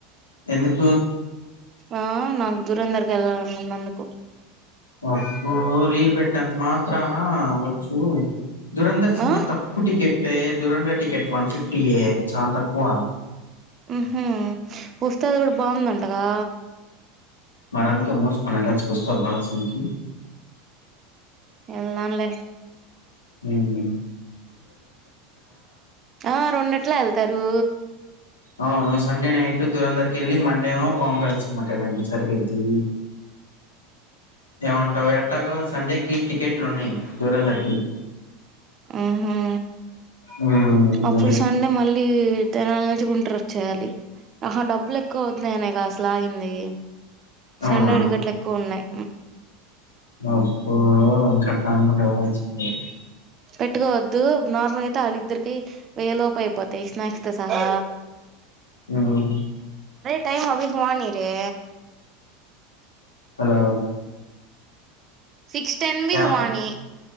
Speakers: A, on the left; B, on the right.
A: ఎందుక్
B: ఆ నాకు దూరందర్కీ ఎళ్ళాలన్నందుకు
A: అబ్బో రీల్ పెట్టినంత మాత్రానా ఒచ్చు దురంధర్ సిన్మాకు
B: ఆ
A: తక్కువ్ టికెట్టే దురంధర్ టికెట్ వన్ ఫిఫ్టీయే చాల్ తక్కువ
B: ఉమ్ హా ఉస్తాద్ కూడా బాగుందంటగా
A: మరందుకే ముసుకొని వెళ్ళొచ్చు కదా ఉస్తాద్ లాస్ట్ సీన్ కి
B: ఎల్దం లె
A: ఉమ్
B: ఆ రెండెట్లా ఎళ్తారు
A: ఔను సండే నైట్ దురంధర్కి ఎళ్ళి మండే పవంక మకాగడి సరిపోద్ది ఏమంటావు ఎ ట్టగో సండేకి టికెట్లున్నయ్ దురందర్కి
B: ఆహా
A: మ్మ్
B: అప్పుడు
A: అది
B: సండే మళ్ళీ తెనాల నుంచి గుంట్రోచ్చేయాలి అహ డబ్బులు ఎక్కువైతున్నాయనేగా అసలాగింది
A: అవునా
B: సండే టిక్కెట్లెక్కువున్నాయ్
A: అబ్బా అట్లనుకుంటే <unintelligible>
B: పెట్టుకోవద్దు నార్మల్ ఐతే అళద్దరికి వెయ్య లోపు ఐపోతాయి స్నాక్స్ తో సహా
A: ఊమ్
B: థై హౌ ఈస్ హోనీ రె
A: హలో
B: సిక్స్ టెన్ బీ
A: కేవ
B: హువాని